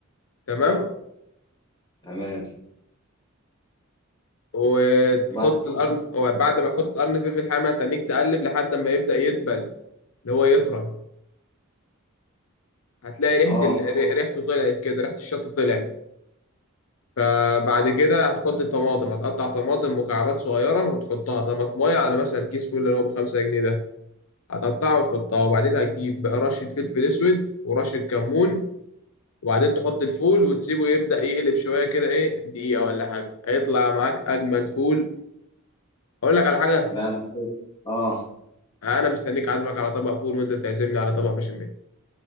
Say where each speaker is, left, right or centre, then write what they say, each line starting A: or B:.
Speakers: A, on the left (about 75°); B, on the left (about 20°).
A: تمام
B: تمام
A: وتحط
B: وبعد كده
A: القرن
B: <laughs>
A: وبعد ما تحط القرن فلفل حامي هتنيك تقلب لحد ما يبدأ يدبل اللي هو يطرى هتلاقي ريحة
B: اه
A: ال... ريحته طلعت كده ريحة الشطة طلعت فبعد كده هتحط الطماطم هتقطع طماطم مكعبات صغيرة وتحطها طماطماية على مثلا كيس فول اللي هو بخمسة جنيه ده هتقطعه وتحطها وبعدين هتجيب بقى رشة فلفل أسود ورشة كمون وبعدين تحط الفول وتسيبه يبدأ يقلب شوية كده إيه دقيقة ولا حاجة هيطلع معاك أجمل فول أقول لك على حاجة
B: لا انا كده. اه
A: أنا مستنيك عازمك على طبق فول وأنت تعزمني على طبق بشاميل